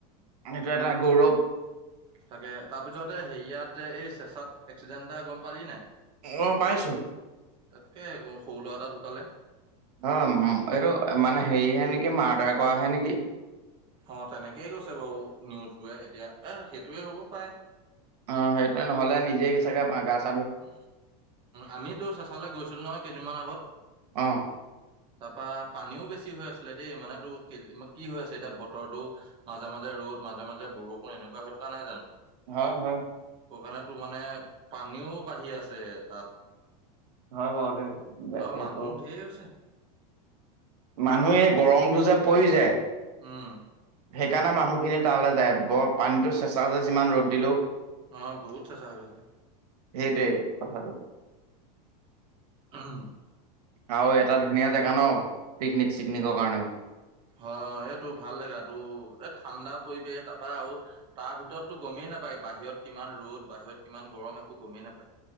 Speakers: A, on the right (about 80°); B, on the right (about 25°).
A: এইটো এটা গৌৰৱ!
B: তাকে, তাৰপিছতে হেয়িয়াত যে এই চেচাত এক্সিডেণ্ট এটা গম পালি নাই?
A: অঁ পাইছোঁ।
B: তাক'কে, সৰু ল'ৰা এটা ঢুকালে।
A: অঁ, এইটো মানে হেৰিহে নেকি মাৰ্ডাৰ কৰাহে নেকি?
B: অঁ তেনেকেই কৈছে বাৰু নিউজ বোৰে এতিয়া, এ সেইটোয়ে হ'ব পায়ে।
A: অ সেইটো নহলে নিজে চাগে পা গাছ
B: উ আমিতো চেচা লে গৈছিলো নহয় কেইদিনমান আগত।
A: অ।
B: তা পা পানীও বেছি হৈ আছিলে দেই মানে কি হৈ আছে এতিয়া বতৰটো মাজে মাজে ৰ'দ, মাজে মাজে বৰষুণ এনেকুৱা হৈ থকা নাই জানো?
A: হয় হয়।
B: সোকানে টোকানে পানীও বাঢ়ি আছে তাত
A: হয় বাৰু দেই, দে-
B: আও
A: সেইটো
B: মানুহ ঢেৰ হৈছে।
A: মানুহে গৰমটো যে পৰি যায়।
B: উম।
A: সেইকাৰণে মানুহখিনি তালে যায় ব পানীটো চেঁচা যে যিমান ৰ'দ দিলৌ।
B: অ বহুত চেঁচা হৈ থাকে।
A: সেইটোৱে কথাটো।
B: উম।
A: আও এটা ধুনীয়া জেগা ন পিকনিক চিকনিকৰ কাৰণেও।
B: হয় অ এইটো ভাল জেগাটো এই ঠাণ্ডা পৰিৱেশ তা পা আও তাৰ ভিতৰতো গমেই নাপায় বাহিৰত কিমান ৰ'দ বাহিৰত কিমান গৰম একো গমেই নাপায়।